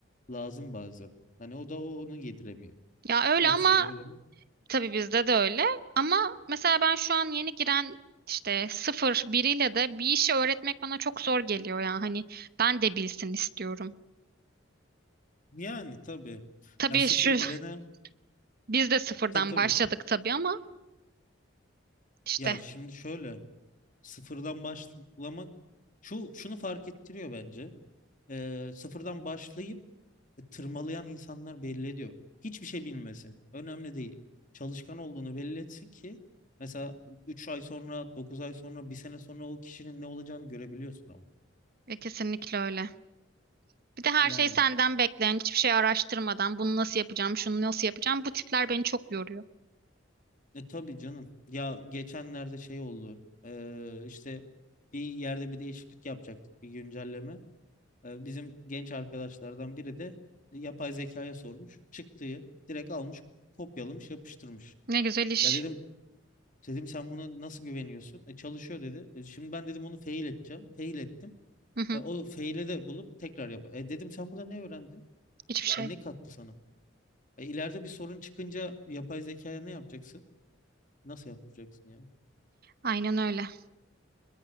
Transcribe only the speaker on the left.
lazım bazen. Hani o da o onu yediremiyor.
Bilmiyorum
sizde öyle mi?
Yani tabii.
Ya sıfır
bilene
tabii tabii.
Ya
şimdi şöyle. sıfırdan başlamak şu şunu fark ettiriyor bence. Ee, sıfırdan başlayıp e, tırmalayan insanlar belli ediyor. Hiçbir şey bilmesin. Önemli değil. Çalışkan olduğunu belli etsin ki mesela 3 ay sonra, 9 ay sonra, bir sene sonra o kişinin ne olacağını görebiliyorsun ama.
Yani
e, tabii canım. Ya geçenlerde şey oldu. Ee, işte bir yerde bir değişiklik yapacaktık, bir güncelleme. E, Bizim genç arkadaşlardan biri de e, yapay zekaya sormuş. Çıktığı direkt almış, kopyalamış, yapıştırmış.
Ya dedim dedim sen bunu nasıl güveniyorsun? E, çalışıyor dedi. E, şimdi ben dedim onu fail edeceğim. Fail ettim.
E, o fail'i de bulup tekrar yap. E, dedim sen burada ne öğrendin?
E, ne kattı sana? E, ileride bir sorun çıkınca yapay zekaya ne yapacaksın? Nasıl yaptıracaksın yani?